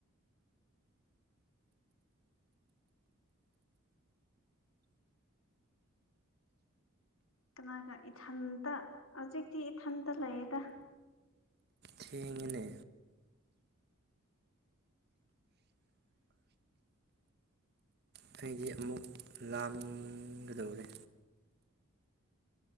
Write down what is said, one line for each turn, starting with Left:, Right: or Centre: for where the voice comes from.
Left: ꯀꯅꯥꯒ ꯏꯊꯟꯇ ꯍꯧꯖꯤꯛꯇꯤ ꯏꯊꯟꯇ ꯂꯩꯗ
Right: ꯊꯦꯡꯅꯦ ꯑꯇꯩꯗꯤ ꯑꯃꯨꯛ ꯂꯥꯒꯗꯧꯔꯦ